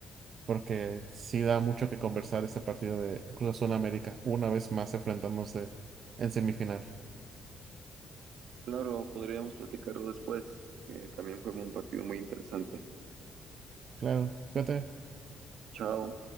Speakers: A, on the right; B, on the right.
A: porque sí da mucho que conversar este partido de Cruz Azul América, una vez más enfrentándose en semifinal.
B: Claro, podríamos platicarlo después, que también fue un partido muy interesante.
A: Claro, fíjate.
B: Chao.